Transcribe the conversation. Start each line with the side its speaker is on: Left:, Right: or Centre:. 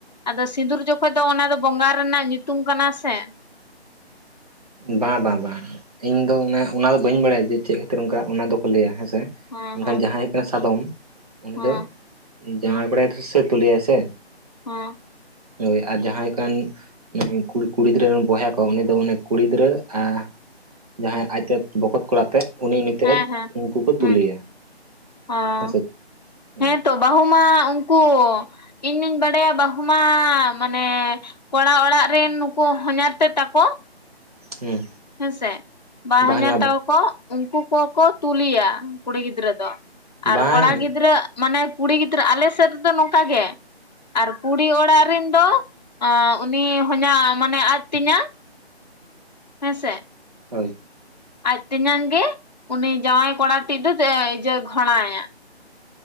Left: ᱟᱫᱚ ᱥᱤᱸᱫᱩᱨ ᱡᱚᱠᱷᱚᱱ ᱫᱚ ᱚᱱᱟ ᱫᱚ ᱵᱚᱸᱜᱟ ᱨᱮᱱᱟᱜ ᱧᱩᱛᱩᱢ ᱠᱟᱱᱟ ᱥᱮ᱾
Right: ᱵᱟᱝ ᱵᱟᱝ ᱵᱟᱝ ᱤᱧ ᱫᱚ ᱮᱱᱮ ᱚᱱᱟ ᱫᱚ ᱵᱟᱹᱧ ᱵᱟᱲᱟᱭᱟ ᱡᱮ ᱪᱮᱫ ᱠᱷᱟᱹᱛᱤᱨ ᱚᱱᱠᱟ ᱚᱱᱟ ᱫᱚᱠᱚ ᱞᱟᱹᱭᱟ ᱦᱮᱸᱥᱮ᱾
Left: ᱦᱮᱸ
Right: ᱢᱮᱱᱠᱷᱟᱱ
Left: ᱦᱮᱸ
Right: ᱡᱟᱦᱟᱸᱭ ᱦᱩᱭᱩᱜ ᱠᱟᱱᱟ ᱥᱟᱫᱚᱢ ᱩᱱᱤ
Left: ᱦᱮᱸ
Right: ᱫᱚ ᱡᱟᱶᱟᱭ ᱠᱚᱲᱟᱭ ᱥᱮ ᱛᱩᱞᱤᱭᱟᱭ ᱥᱮ᱾
Left: ᱦᱩᱸ,
Right: ᱦᱳᱭ ᱟᱨ ᱡᱟᱦᱟᱸᱭ ᱠᱟᱱ ᱠᱩᱲᱤ ᱠᱩᱲᱤ ᱜᱤᱫᱽᱨᱟᱹ ᱨᱮᱱ ᱵᱚᱭᱦᱟ ᱠᱚᱣᱟ ᱩᱱᱤ ᱫᱚ ᱚᱱ ᱠᱩᱲᱤ ᱜᱤᱫᱽᱨᱟᱹ ᱟ ᱡᱟᱦᱟᱸᱭ ᱟᱡᱛᱮ ᱵᱚᱠᱚᱛ ᱠᱚᱲᱟ ᱟᱛᱮ ᱩᱱᱤ ᱩᱱᱤᱛᱮᱫ
Left: ᱦᱮᱸ ᱦᱮᱸ
Right: ᱩᱱᱠᱩ ᱠᱚ
Left: ᱦᱩᱸ
Right: ᱛᱩᱞᱮᱭᱟ᱾
Left: <unintelligible>
Right: ᱦᱮᱸᱥᱮ ᱦᱳᱭ
Left: ᱦᱮᱸ ᱛᱚ ᱵᱟᱹᱦᱩ ᱢᱟ ᱩᱱᱠᱩ ᱤᱧᱫᱩᱧ ᱵᱟᱰᱟᱭᱟ ᱵᱟᱹᱦᱩ ᱢᱟ ᱢᱟᱱᱮ ᱠᱚᱲᱟ ᱚᱲᱟᱜ ᱨᱮᱱ ᱱᱩᱠᱩ ᱦᱚᱭᱟᱨ ᱛᱮ ᱛᱟᱠᱚ
Right: ᱦᱩᱸ
Left: ᱦᱮᱸᱥᱮ ᱵᱟᱨ
Right: ᱵᱟᱝ
Left: ᱦᱚᱭᱟᱨ ᱛᱟᱠᱚ ᱠᱚ ᱩᱱᱠᱩ ᱠᱚᱠᱚ ᱛᱩᱞᱤᱭᱟ ᱠᱩᱲᱤ ᱜᱤᱫᱽᱨᱟᱹ ᱫᱚ, ᱟᱨ
Right: ᱵᱟᱝ
Left: ᱠᱚᱲᱟ ᱜᱤᱫᱽᱨᱟᱹ ᱢᱟᱱᱮ ᱠᱩᱲᱤ ᱜᱤᱫᱽᱨᱟᱹ ᱟᱞᱮ ᱥᱮᱫ ᱨᱮᱫᱚ ᱱᱚᱝᱠᱟ ᱜᱮ ᱟᱨ ᱠᱩᱲᱤ ᱚᱲᱟᱜ ᱨᱮᱱ ᱫᱚ ᱩᱱᱤ ᱦᱚᱭᱟᱨ ᱢᱟᱱᱮ ᱟᱡ ᱛᱤᱭᱟᱧ ᱦᱮᱸ ᱥᱮ᱾
Right: ᱦᱳᱭ,
Left: ᱟᱡ ᱛᱮᱧᱟᱝ ᱜᱮ ᱩᱱᱤ ᱡᱟᱶᱟᱭ ᱠᱚᱲᱟ ᱴᱤᱡ ᱫᱚ ᱤᱣᱟ ᱜᱷᱚᱲᱟᱭᱟ᱾